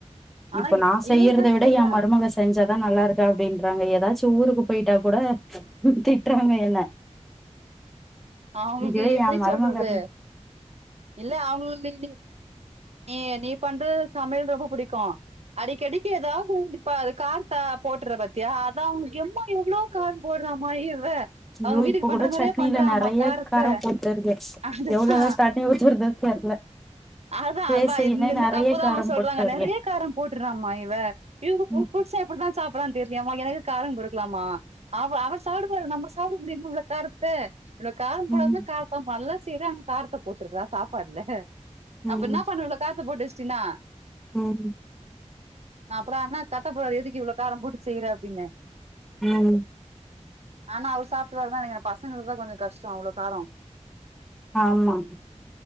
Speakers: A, on the right; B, in the centre.
A: ஆனா
B: இப்ப நா செய்யறத
A: இவருதா
B: விட
A: சொல்றே
B: என் மருமக செஞ்சாதா நல்லா இருக்கா அப்டின்றாங்க ஏதாச்சு ஊருக்கு போய்ட்டா கூட திட்டுறாங்க என்ன
A: அவுங்களுக்கு
B: இதுவே
A: எப்டி
B: எ மருமக
A: சொல்றது இல்ல அவுங்க நீ நீ நீ நீ பண்ற சமையல் ரொம்ப புடிக்கு அடிக்கடி டி எதாது இப்டி ப கார் த போட்ற பத்தியா அதா அவுங் எம்மா எவ்ளோ கார் போட்றாங்க மா இவ
B: ஐயோ
A: அவங்க வீட்டுக்கு
B: இப்ப
A: பண்ற
B: கூட
A: மாரியே
B: சட்னில
A: பண்றாமா
B: நறைய
A: காரத்த
B: காரப் போட்டு இருக்கு
A: அதுதா
B: எவ்ளோதா தண்ணி ஊத்துறதோ தெர்ல
A: அதா
B: பேசிக்கினே
A: அதா இந் இந்த
B: நெறைய
A: தப்புதா
B: காரம்
A: அவுங்க சொல்வாங்க
B: போட்டு இருக்கே
A: நெறைய காரம் போட்டுறாமா இவ இவ் பு
B: ம்
A: புர்ஷ புடிதா சாப்புட்றான் தெரிலயேமா எனக்கு காரம் கொடுக்கலாமா அவ அவர் சாப்புடும் போது நம்ப சாப்ட முடியுமா இவ்ளோ காரத்த இவ்ளோ காரம் போடாமயே
B: ம்
A: கார் இப்ப மல்லா செய்றாங்க காரத்த போட்டுறா சாப்பாட்ல அப்ப
B: ம்
A: என்ன பண்ணுவ இவ்ளோ காரத்த போட்டுவச்ட்டினா
B: ம்
A: அப்ற என்ன கட்டப்பாற எதிக்கி இவ்ளோ கார போட்டு செய்ற அப்டின்னே
B: ம்
A: ஆனா அவர் சாப்ட்ருவாரு தா நெனக்கிற பசங்களுக்கு தா கொஞ்ச கஷ்டோ அவ்ளோ காரோ
B: ஆமா